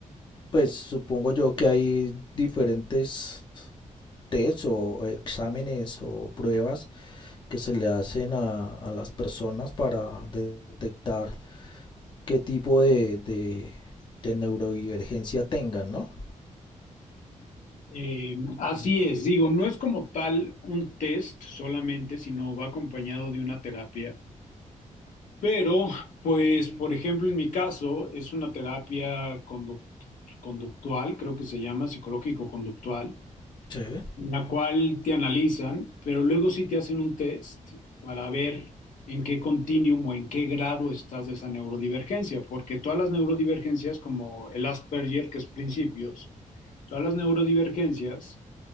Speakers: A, on the left; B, on the left.
A: pues supongo yo que hay diferentes test o exámenes o pruebas que se le hacen a, a las personas para detectar qué tipo de, de, de neurodivergencia tengan, ¿no?
B: Eh, así es, digo, no es como tal un test solamente, sino va acompañado de una terapia. Pero, pues, por ejemplo, en mi caso, es una terapia conduct- conductual, creo que se llama psicológico-conductual,
A: Sí.
B: en la cual te analizan, pero luego sí te hacen un test para ver en qué continuum o en qué grado estás de esa neurodivergencia, porque todas las neurodivergencias, como el Asperger, que es principios, todas las neurodivergencias